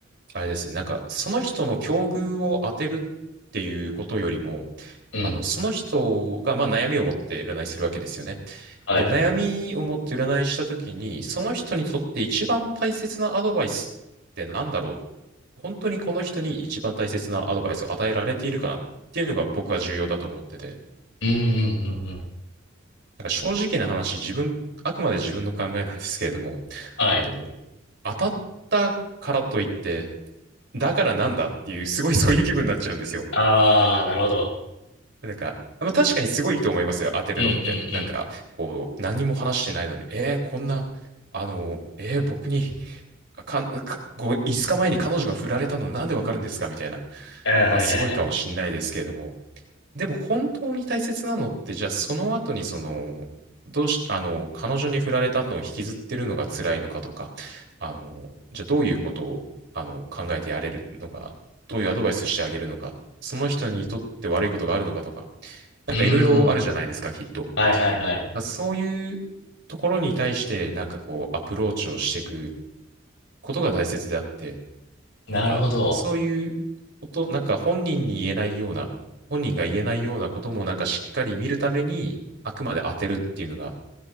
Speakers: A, on the right; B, on the left.
A: あれですね、なんかその人の境遇を当てるっていうことよりも、
B: うん。
A: あの、その人が、まあ、悩みを持って占いするわけですよね。
B: はいはい。
A: で、悩みを持って占いしたときに、その人にとって一番大切なアドバイスってなんだろう本当にこの人に一番大切なアドバイスを与えられているかなっていうのが僕は重要だと思ってて。
B: うんうんうんうん。
A: なんか正直な話、自分、あくまで自分の考えなんですけれども、
B: はい。
A: あの、当たったからといって、だからなんだっていう、すごい <laughs> そういう気分になっちゃうんですよ。
B: ああ、なるほど。
A: なんか、まあ、確かにすごいと思いますよ、当てるのって。
B: うんうんうん。
A: なんか、こう、何も話してないのに、えー、こんな、あの、えー、僕に、か、か、5日前に彼女が振られたのなんでわかるんですかみたいな。
B: あはいはいはい。
A: まあ、すごいかもしんないですけれども、でも本当に大切なのって、じゃあその後にその、どうし、あの、彼女に振られたのを引きずってるのが辛いのかとか、あの、じゃあどういうことを、あの、考えてやれるのか、どういうアドバイスしてあげるのか、その人にとって悪いことがあるのかとか、なんかいろいろあるじゃないですか、
B: うーん。
A: きっと。
B: はいはいはい。
A: なんかそういうところに対して、なんかこう、アプローチをしていくことが大切であって、
B: なるほど。
A: なんか、そういうこと、なんか本人に言えないような、本人が言えないようなこともなんかしっかり見るために、あくまで当てるっていうのが、